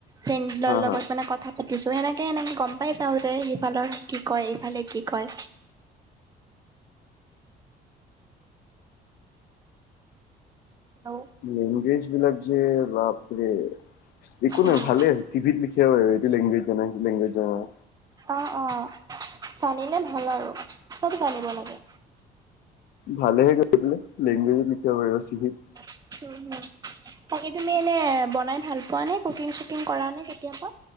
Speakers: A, on the right; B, on the left.
A: ফ্ৰেণ্ডৰ
B: হা
A: লগত
B: হা
A: মানে কত কথা পাতিছোঁ সেনেকে- সেনেকে গম পাই চাওঁ যে সিফালৰ কি কয় ইফালে কি কয়। ঔ
B: লেংগুৱেজবিলাক যে বাপৰে। একো নহয়
A: উম,
B: ভালেই চি ভিত লিখিব পাৰিবি এইটো লেংগুৱেজ জানা সেইটো লংগুৱেজ জানা।
A: অ', অ', জানিলে ভাল আৰু চব জানিব লাগে।
B: ভালেহে গৈপেলে লেংগুৱেজত লিখিব পাৰিবা চি ভিত।
A: <unintelligible> তাকে তুমি এনে বনাই ভাল পোৱা নে কুকিং চুকিং কৰা নে কেতিয়াবা?